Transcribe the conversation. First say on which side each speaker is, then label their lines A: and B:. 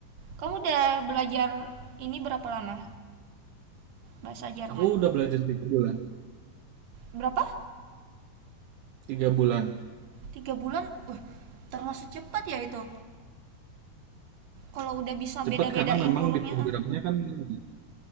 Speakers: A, on the right; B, on the right.
A: Kamu udah belajar ini berapa lama? Bahasa Jerman.
B: aku udah belajar tiga bulan
A: Berapa?
B: tiga bulan
A: Tiga bulan. Uh, termasuk cepat ya itu. Kalau udah bisa
B: cepet
A: beda-bedain
B: karena memang
A: hurufnya.
B: di programnya
A: ah.
B: kan ini